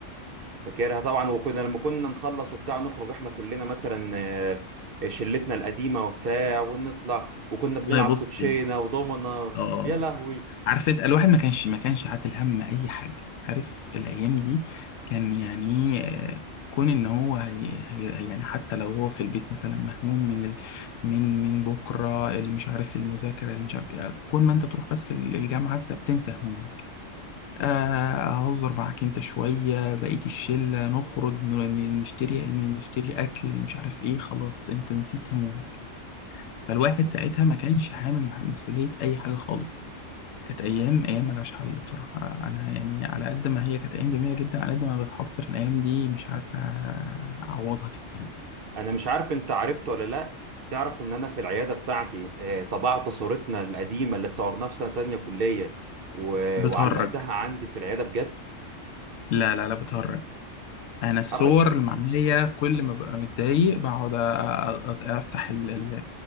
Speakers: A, on the right; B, on the left.
A: فاكرها طبعا وكنا لما كنا نخلص وبتاع نخرج احنا كلنا مثلا آه شلتنا القديمه وبتاع ونطلع وكنا
B: والله
A: بنلعب
B: بص
A: كوتشينه
B: ال-
A: ودومنا
B: آه
A: يا لهوي
B: عارف انت الواحد ما كانش ما كانش عاتل هم اي حاجه عارف الايام دي كان يعني ايه، آه، كون ان هو هي هي يعني حتى لو هو في البيت مثلا مهموم من ال من من بكره اللي مش عارف المذاكره اللي مش عارف ايه كون ما انت تروح بس ال- الجامعه انت بتنسى همومك آه، اهزر معاك انت شويه بقيه الشله نخرج ن- ن- نشتري ن- نشتري اكل مش عارف ايه خلاص انت نسيت همومك فالواحد
A: تمام.
B: ساعتها ما كانش حامل مع- مسؤوليه اي حاجه خالص كانت ايام
A: تمام.
B: ايام ملهاش حل بصراحه انا يعني على قد ما هي كانت ايام جميله جدا على قد ما بتحصر الايام دي مش عارفه اعوضها تاني
A: انا مش عارف انت عرفت ولا لا تعرف ان انا في العياده بتاعتي آه، طبعت صورتنا القديمه اللي اتصورناها في سنه تانية كليه و-
B: بتهرج
A: وعلقتها عندي في العياده بجد
B: لا لا لا بتهرج انا الصور
A: حرك
B: اللي معايا كل ما ببقى متضايق بقعد أ- أ- أ- افتح ال- ال-